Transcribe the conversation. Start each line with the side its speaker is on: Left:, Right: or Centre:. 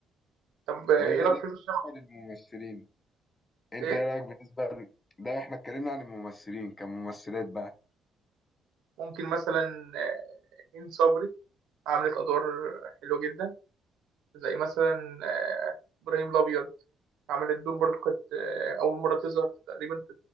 Right: طب ايه
Left: طب انت ده
Right: رايك في فيلم الشبح
Left: بالنسبة للممثلين انت
Right: ايه
Left: ايه رأيك بالنسبة ل... ده احنا اتكلمنا عن الممثلين كممثلات بقى
Right: ممكن مثلا آه، هند صبري عملت ادوار حلوه جدا زي مثلا آه، ابراهيم الابيض عملت دور برضو كانت آه، اول مره تظهر تقريبا في